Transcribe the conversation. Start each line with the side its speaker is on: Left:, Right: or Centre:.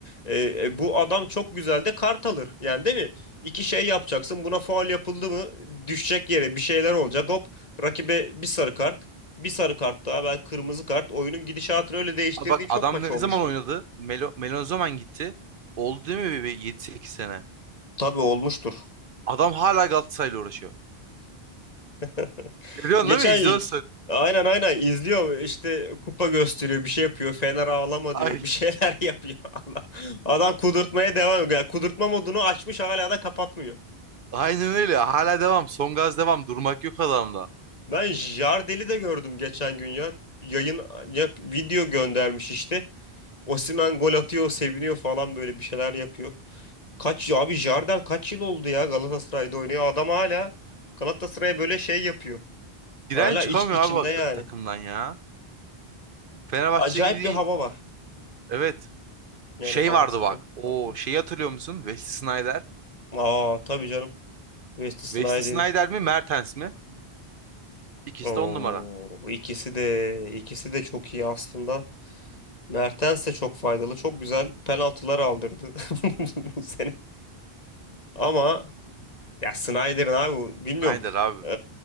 Left: Ee, e, bu adam çok güzel de kart alır yani değil mi İki şey yapacaksın buna faul yapıldı mı düşecek yere bir şeyler olacak hop rakibe bir sarı kart bir sarı kart daha belki kırmızı kart oyunun gidişatını öyle değiştirdiği
Right: Aa, bak
Left: çok
Right: adam
Left: maç
Right: ne
Left: olmuştur.
Right: zaman oynadı? Melo, Melo ne zaman gitti? Oldu değil mi bir Yedi sekiz sene?
Left: Tabii olmuştur.
Right: Adam hala Galatasaray'la uğraşıyor.
Left: <laughs>
Right: Görüyorsun
Left: Geçen
Right: değil mi? İzliyorsun.
Left: aynen aynen izliyor işte kupa gösteriyor bir şey yapıyor Fener ağlama
Right: Ay,
Left: diyor bir şeyler <laughs> yapıyor. Allah. Adam kudurtmaya devam ediyor. Yani kudurtma modunu açmış hala da kapatmıyor.
Right: aynen öyle. Hala devam. Son gaz devam. Durmak yok adamda.
Left: Ben Jardel'i de gördüm geçen gün ya. Yayın ya, video göndermiş işte. Osimhen gol atıyor seviniyor falan böyle bir şeyler yapıyor. Kaç abi Jardel kaç yıl oldu ya Galatasaray'da oynuyor. Adam hala Galatasaray'a böyle şey yapıyor.
Right: Giren
Left: Hala
Right: çıkamıyor
Left: iç, içinde
Right: abi bak
Left: yani.
Right: takımdan ya. Fenerbahçe
Left: Acayip
Right: gibi değil.
Left: bir hava var.
Right: Evet.
Left: Yani
Right: Şey
Left: havası
Right: vardı
Left: çok
Right: bak. O
Left: farklı.
Right: şeyi hatırlıyor musun? Wesley Sneijder.
Left: Aa tabii canım. Wesley Sneijder'i.
Right: Wesley Sneijder mi? Mertens mi? İkisi
Left: Oo,
Right: de on numara.
Left: ikisi de ikisi de çok iyi aslında. Mertens de çok faydalı. Çok güzel penaltılar aldırdı <laughs> bu sene. Ama ya Sneijder'in abi bu- bilmiyorum.
Right: Snyder abi.
Left: Ee,